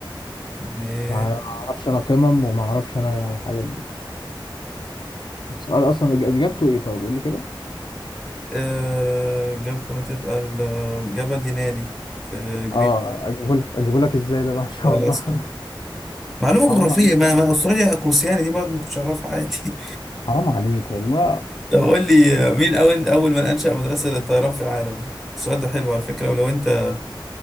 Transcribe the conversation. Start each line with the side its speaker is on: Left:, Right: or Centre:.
Centre: ماشي.
Left: ما ما اعرفش انا قمم وما اعرفش انا الحاجات دي السؤال اصلا إج- اجابته ايه طيب قول لي كده
Centre: آه جبل تبقى ال- جبل دينالي في جريت
Left: اه اجيبه لك اجيبه لك ازاي ده بقى <laughs> ان شاء
Centre: في الاسكا
Left: الله <laughs>
Centre: معلومه
Left: حرام
Centre: جغرافيه
Left: عليك
Centre: ما
Left: يا عم
Centre: ما استراليا اقوسياني دي برضه ما كنتش اعرفها عادي
Left: حرام عليك والله
Centre: طب قول لي مين أول أول من أنشأ مدرسة للطيران في العالم؟ السؤال ده حلو على فكرة ولو أنت